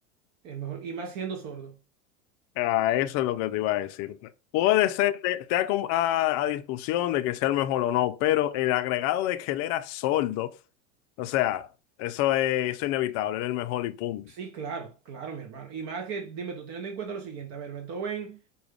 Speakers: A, on the right; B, on the left.
A: El mejor, y más siendo sordo.
B: Ah, eso es lo que te iba a decir. Puede ser, te, te da como a, a discusión de que sea el mejor o no, pero el agregado de que él era sordo, o sea, eso es, eso es inevitable, él era el mejor y punto.
A: Sí, claro, claro, mi hermano. Y más que, dime tú, teniendo en cuenta lo siguiente, a ver, Beethoven,